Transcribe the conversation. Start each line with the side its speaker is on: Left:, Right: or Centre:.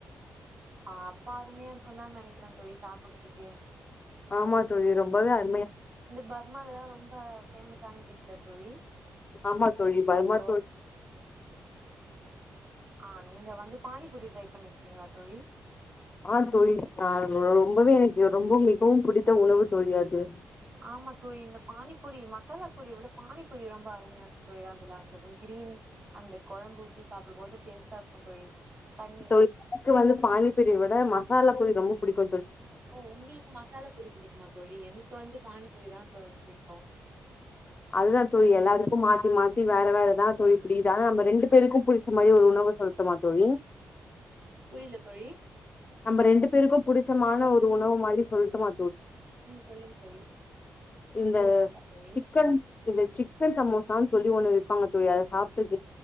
Right: ஆ அப்பா அருமையா இருக்குன்தா நெனைக்கிறே தோழி சாப்பட்றதுக்கே
Left: ஆமா தோழி ரொம்பவே அரு
Right: இந்த பர்மாலதா ரொம்ப ஃபேமஸ் ஆன டிஷ்ல தோழி
Left: ஆமா தோழி பர்மா
Right: அத்தோ
Left: தோழி
Right: ஆ நீங்க வந்து பானிபூரி ட்ரை பண்ணிருக்கீங்களா தோழி
Left: அ தோழி அ ரொம்பவே எனக்கு ரொம்ப மிகவும் பிடித்த உணவு தோழி அது
Right: ஆமா தோழி இந்த பானிபூரி மசாலாபூரிய விட பானிபூரி ரொம்ப அருமையா இருந்தது தோழி அதுல அந்த <unintelligible> ன் அந்த குழம்பு ஊத்தி சாப்பிடும் போது டேஸ்ட்டா இருக்கு தோழி தண்ணி
Left: இப்போ எனக்கு வந்து பானிப்பூரிய விட மசாலாபூரி ரொம்ப புடிக்கு
Right: ஓ உங்களுக்கு மசாலாபூரி பிடிக்குமா தோழி எனக்கு வந்து பானிபூரிதா தோழி பிடிக்கு
Left: அதுதா தோழி எல்லாருக்கு மாத்தி மாத் த்தி வேற வேறதா தா தோழி புடிக்குது ஆனா நம்ம ரெண்டு பேருக்கு பிடிச்ச மாதிரி ஒரு உணவு சொல்ட்டுமா தோழி
Right: புரில தோழி
Left: நம்ம ரெண்டு பேருக்கு பிடிச்சமான ஒரு உணவு மாதிரி சொல்ட்டுமா
Right: ம் சொல்லுங்க தோழி
Left: இந்த
Right: நூடுல்ஸா தோழி
Left: சிக்கன் இந்த சிக்கன் சமோசான்னு சொல்லி ஒண்ணு விப்பாங்க தோழி அத சாப்பிட்டு